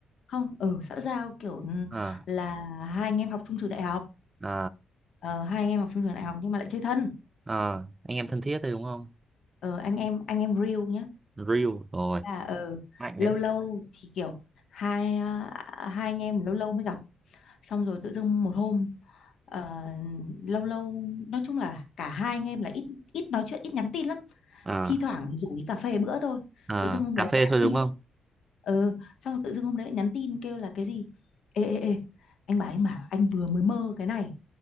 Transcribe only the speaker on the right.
Ờ,
ờ,
ờ, anh em thân thiết đấy đúng không?
Real rồi,
mạnh
đấy.
Ờ,
ờ,
cà
phê
thôi
đúng không?